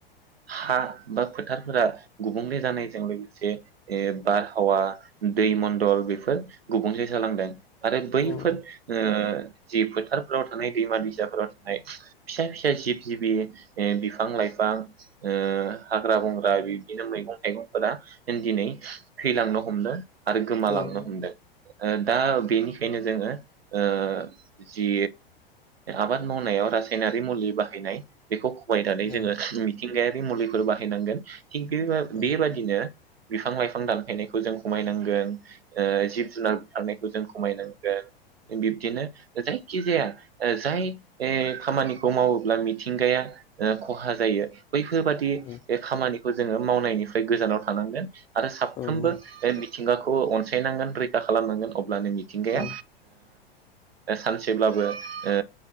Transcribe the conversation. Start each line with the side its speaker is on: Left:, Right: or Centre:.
Right: हा बा फोथारफोरा गुबुंले जानायजों लोगोसे से ए बार आबहावा दै मण्न्दल बेफोर गुबुंले जालांदों आरो बैफोर
Left: ओम
Right: ओ जि फोथारफोराव थानाय दैमा दैसाफोराव थानाय फिसा फिसा जिब जिबि बिफां लाइफां ओ हाग्रा बंग्रा बिदिनो मैगं थाइगंफोरा दिनै थैलांनो हमनो आरो गोमालांनो
Left: औ ओम
Right: हमदों ओ दा बेनिखायनो जोङो ओ जि आबाद मावनायाव रासायनारि मुलि बाहायनाय बेखौ खमायनानै
Left: औ
Right: जोङो मिथिंगायारि मुलिफोर बाहायनांगोन थिग बे
Left: औ
Right: बेबादिनो बिफां लाइफां दानफैनायखौ जों खमायनांगोन ओ जिब जुनारफोरनि खौ जों खमायनांगोन बिबदिनो <unintelligible> खि जाया ओ जाय ए खामानिखौ मावोब्ला मिथिंगाया ओ खहा जायो बैफोरबादि
Left: औ
Right: ओ खामानि खौ जोङो मावनायनिफ्राय गोजानाव थानांगोन आरो साफ्रोमबो
Left: ओ औ
Right: ओ मिथिंगाखौ अनसायनांगोन रैखा खालामनांगोन अ अब्लानो मिथिंगाया
Left: औ
Right: ओ सानसेब्लाबो ओ